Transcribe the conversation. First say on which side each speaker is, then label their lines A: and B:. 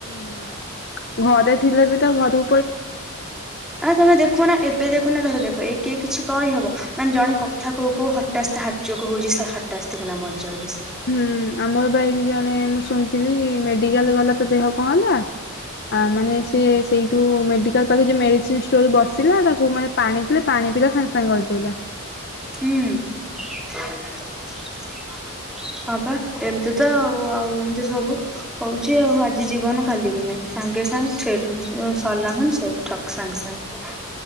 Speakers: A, on the left; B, in the centre.
A: ନା ଘରେ ଥିଲେ ବି ତ ଘରୁ
B: ଆ, ତୋମେ ଦେଖୁନା ଏବେ ଦେଖୁନା ଧର ଦେଖ ଏଇ କି କିଛି କହି ହବ। ମାନେ ଜଣେ କଥା କହୁ କହୁ ହଠାସ୍ ତା ହାର୍ଟଚୋକ୍ ହଉଚି। ସା ହଟାସ୍ତି କିନା ମରିଯାଉଚି।
A: ହୁଁ ଆମର ବା ଏଇଠି ଜଣେ ମୁଁ ଶୁଣିଥିଲି ମେଡିକାଲ୍ ଗଲା ତା ଦେହ କଣ ହେଲା। ଆ, ମାନେ ସିଏ ସେଇଠୁ ମେଡ଼ିକାଲ୍ ପାଖରେ ଯେ ମେଡ଼ିସିନ୍ ଷ୍ଟୋର୍ ରେ ବସିଲା ତାକୁ ମାନେ ପାଣି ଦେଲେ ପାଣି ପିଇଲା ସାଙ୍ଗେ ସାଙ୍ଗେ ଗଳି ପଇଲା।
B: ହୁଁ, ପା ପା ଏମିତି ତ ଆଉ ଆଉ ଏମିତି ସବୁ ହଉଛି ଆଉ ଆଜି ଜୀବନ କାଲିକି ନାହିଁ। ସାଙ୍ଗେ ସାଙ୍ଗେ ସେଇଠି ହିଁ ଯେ ସରିଲା ମାନେ ସ ଠକ୍ ସାଙ୍ଗ ସାଙ୍ଗ।